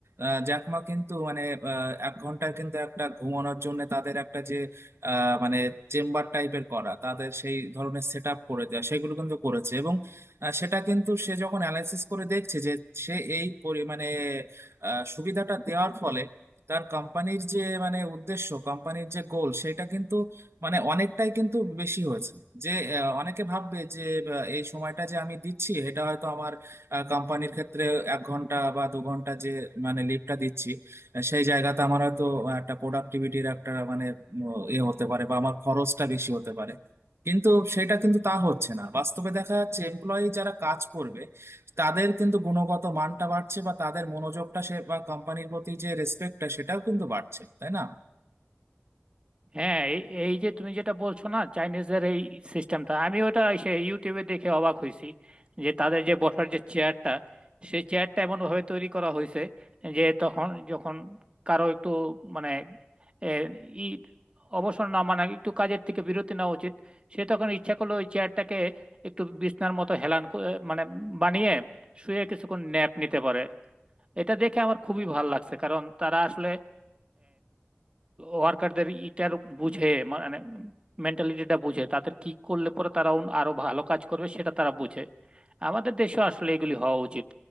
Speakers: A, on the right; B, on the right.
A: আহ, জ্যাকমা কিন্তু মানে আহ, এক ঘন্টার কিন্তু একটা ঘুমানোর জন্য তাদের একটা যে আহ, মানে চেম্বার টাইপের করা তাদের সেই ধরনের সেট আপ করে দেওয়া সেগুলো কিন্তু করেছে এবং আহ, সেটা কিন্তু সে যখন অ্যানালাইসিস করে দেখছে যে সে এই পরি- মানে আহ, সুবিধাটা দেওয়ার ফলে তার কোম্পানির যে মানে উদ্দেশ্য কোম্পানির যে গোল সেটা কিন্তু মানে অনেকটাই কিন্তু বেশি হয়েছে যে আহ, অনেকে ভাববে যে আহ, এই সময়টা যে আমি দিচ্ছি এটা হয়তো আমার কোম্পানির ক্ষেত্রে এক ঘন্টা বা দু ঘন্টা যে মানে লিভটা দিচ্ছি আহ, সেই জায়গাতে আমার হয়তো একটা প্রোডাক্টিভিটির একটা মানে উম, ইয়ে হতে পারে বা আমার খরচটা বেশি হতে পারে কিন্তু সেটা কিন্তু তা হচ্ছে না বাস্তবে দেখা যাচ্ছে এমপ্লয়ি যারা কাজ করবে তাদের কিন্তু গুণগত মানটা বাড়ছে বা তাদের মনোযোগটা সে বা কোম্পানির প্রতি যে রেসপেক্টটা সেটাও কিন্তু বাড়ছে তাই না
B: হ্যাঁ এই এই যে তুমি যেটা বলছো না চাইনিজদের এই সিস্টেমটা আমি ওটা সে ইউটিউবে দেখে অবাক হয়েছি যে তাদের যে বসার যে চেয়ারটা সেই চেয়ারটা এমন ভাবে তৈরি করা হয়েছে যে তখন যখন কারো একটু মানে এ, ই অবসর না মানে একটু কাজের থেকে বিরতি নেওয়া উচিত সে তখন ইচ্ছা করলো ওই চেয়ারটাকে একটু বিছনার মতো হেলান ক- মানে বানিয়ে শুয়ে কিছুক্ষণ ন্যাপ নিতে পারে এটা দেখে আমার খুবই ভালো লাগছে কারণ তারা আসলে ওয়ার্কারদের ইটার বুঝে মানে মেন্টালিটিটা বুঝে তাদের কি করলে পরে তারা অন- আরো ভালো কাজ করবে সেটা তারা বুঝে আমাদের দেশে আসলে এগুলি হওয়া উচিত